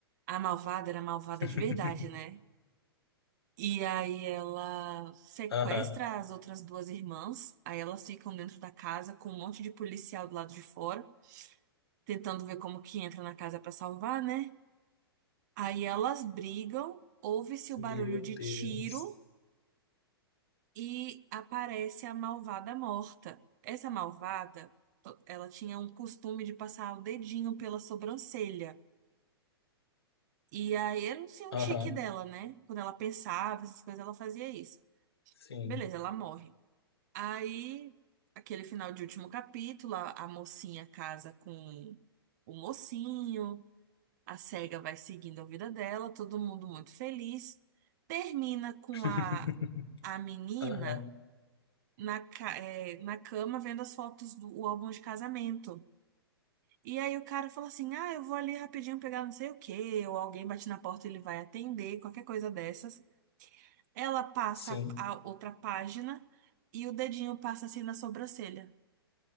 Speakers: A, on the right (about 45°); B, on the left (about 75°).
A: a malvada era malvada
B: <laughs>
A: de verdade, né? E aí ela sequestra
B: Aham.
A: as outras duas irmãs, aí elas ficam dentro da casa com um monte de policial do lado de fora, tentando ver como que entra na casa pra salvar, né? Aí elas brigam, ouve-se o
B: Meu
A: barulho de
B: Deus.
A: tiro e aparece a malvada morta. Essa malvada, to- ela tinha um costume de passar o dedinho pela sobrancelha. E aí era um, assim, um
B: Aham.
A: tique dela, né? Quando ela pensava, essas coisas, ela fazia isso.
B: Sim.
A: Beleza, ela morre. Aí, aquele final de último capítulo, a, a mocinha casa com o mocinho, a cega vai seguindo a vida dela, todo mundo muito feliz. Termina com
B: <laughs>
A: a, a menina
B: Aham.
A: na, ca- é, na cama vendo as fotos do o álbum de casamento. E aí o cara fala assim: Ah, eu vou ali rapidinho pegar não sei o quê, ou alguém bate na porta e ele vai atender, qualquer coisa dessas. Ela passa
B: Sim.
A: a outra página e o dedinho passa assim na sobrancelha.